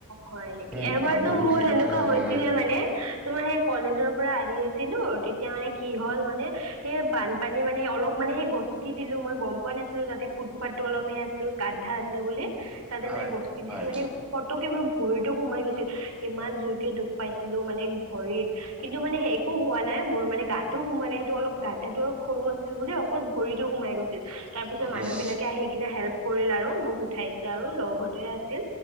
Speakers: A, on the right; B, in the centre.
A: হয়ঁ নেকি
B: এ
A: এবাৰতো
B: বহুত
A: মোৰ
B: লেতেৰা
A: সেনেকুৱা
B: থাকে।
A: হৈছিলে মানে তোমাৰ সেই কলেজৰ- পৰা আহি আছিলো তেতিয়া মানে কি হ'ল মানে এই বানপানী মানে অলপ মানে সেই গছবোৰ কি দিলো মই গম পোৱা নাছিলো তাতে ফুটপাথটো অলপহে আছিল গধা আছিল বুলি। তাতে
B: হয়
A: মানে গস্তি দিছোঁ
B: হয়
A: মানে পতকে মোৰ ভৰিতো সোমাই গৈছিল ইমান জোৰকে দুখ- পাইছিলো মানে ভৰিত কিন্তু মানে সেই একো হোৱা নাই মোৰ মানে গাতো সো মানে সেইটো অলপ। গা্ধাটো অলপ সৰু আছিল বুলি অকল ভৰিতো সোমাই গৈছিল তাৰপিছত মানুহ
B: ইচ
A: বিলাকে আহি- কিনে হেল্প কৰিল আৰু মোক উঠাইছে আৰু লগ হতে আছিল